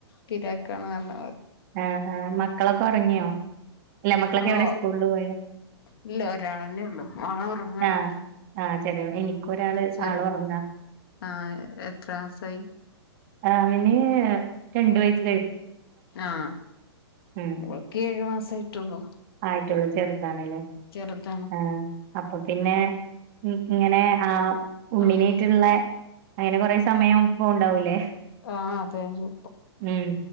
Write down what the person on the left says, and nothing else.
പിരാക്കാണ് <unintelligible>
ആഹ്
ഇല്ല ഒരാളന്നെ ഉള്ളു ഓള് ഉറങ്ങാണ്
ചെറി
ആഹ എത്ര മാസായി
ആഹ
ഓൾക് ഏഴു മസ്സായിട്ടുള്ളൂ
ചെറുതാണ്
ആഹ്
ആഹ പോകും